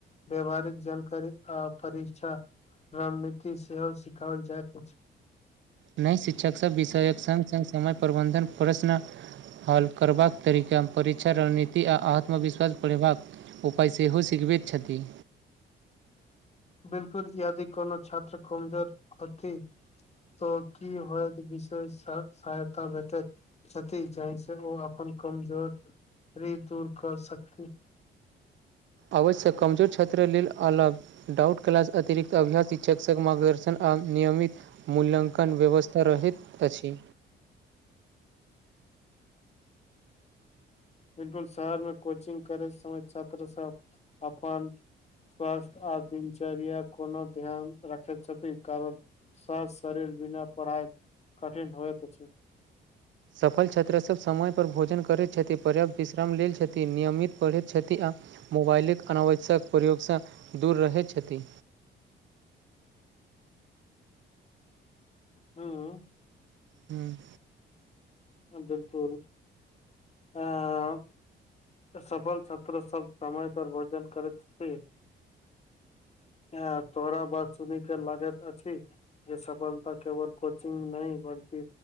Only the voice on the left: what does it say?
व्यवहारिक जानकारी आ परीक्षा रणनीति सेहो सिखाओल जाइत अछि
बिल्कुल यादि कोनो छत्र कमजोरअथि तऽ की होयत विषय सहायता भेटैत छथि जहिसँ ओ अपन कमजोरी दूर क सकती
एक डोल शहर मे कोचिंग करै समय छत्र सब अपन स्वास्थ्य आ दिनचर्या कोनो ध्यान राखैत छथि कारण स्वास शरीर बिना पढ़ाइ कठिन होय त अछी
हँ।
बिल्कुल हँ। सफल छत्र सब समय पर भोजन करैत छथि। एँ तोरा बर सुनै के लागैत अछी। ये सफलता केवल कोचिंग नहि बलकि